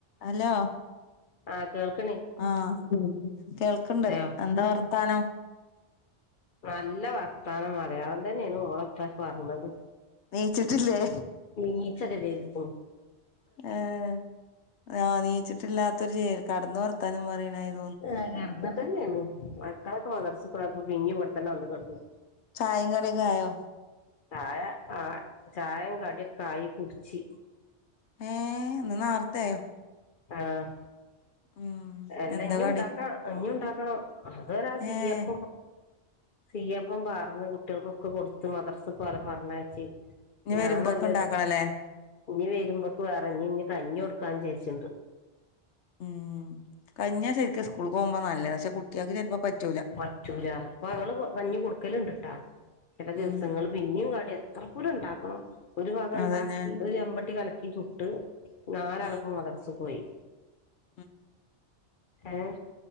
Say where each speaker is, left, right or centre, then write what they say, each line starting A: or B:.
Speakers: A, on the left (about 80°); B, on the left (about 55°).
A: ഹലോ
B: ആ കേൾക്കണേ
A: ആഹ് കേൾക്ക്ണ്ട്
B: അയോ
A: എന്താ വർത്താനം?
B: നല്ല വർത്താനം മലയാളം തന്നെയാണ് മോളേപ്പ പറഞ്ഞത്
A: നീച്ചിട്ടില്ലേ?
B: നീച്ചോക്കെ ചെയ്ത്ക്ക്ണു
A: ഏഹ് ആഹ് നീച്ചിട്ടില്ലാത്തൊരു ചെ <unintelligible> കടന്ന് വർത്താനം പറയണായിരു
B: ഏഹ് കെടന്നിട്ടന്നേള്ളൂ. മക്കളൊക്കെ മദ്രസേ പോയപ്പോ പിന്നിം ഇവടെ തന്നെ വന്നു കെടന്നു.
A: ചായേം കടിം ഒക്കെ ആയോ?
B: ചായ ആഹ് ചായേം കടീ ഒക്കായി കുടിച്ച്
A: ഏഹ് ഇന്നു നേർത്തേയോ?
B: ആഹ്
A: ഉം
B: എല്ലാ
A: എന്താ
B: ഇഞ്ഞും
A: കടി
B: ഉണ്ടാക്കാ. കഞ്ഞി ഉണ്ടാക്കണം. <unintelligible> സീയപ്പ
A: ഏഹ്
B: സീയപ്പം പകർന്ന് കുട്ടികൾക്കൊക്കെ കൊടുത്ത് മദ്രസേ ഇപ്പൊ അവരെ പറഞ്ഞേച്ച്
A: ഇനി
B: ഞാൻ
A: വരുമ്പൊക്കെ
B: നല്ലൊരു.
A: ഇണ്ടാക്കണല്ലേ
B: <unintelligible> വരുമ്പോക്ക് വേറെ ഇഞ് ഇഞ് കഞ്ഞി കൊടുക്കാ എന്ന് വിചാരിച്ചി
A: ഉം. കഞ്ഞിയാ ശരിക്കും സ്കൂള്ക്ക് പോകുമ്പോ നല്ലത്. പക്ഷെ കുട്ടികൾക്ക് ചെലപ്പോ പറ്റ് <unintelligible>
B: വറ്റൂരാ. ഇപ്പൊ ങ്ങള് <unintelligible> കഞ്ഞി കൊടുക്കല് ഒണ്ട്ട്ടാ ചെല ദെവസങ്ങൾ
A: ഉം
B: പിന്നെ എനിയും കാട്ടിയാ എത്ര പൂരം ഉണ്ടാക്കണോ? ഒരു ഭാഗം
A: അതന്നെ
B: ഉണ്ടാക്കി ഒരു ചെമ്പട്ടി കലക്കി ചുട്ട്, നാലാളപ്പൊ
A: ഉം
B: മദ്രസ പോയി.
A: ഉം
B: ഏഹ്‌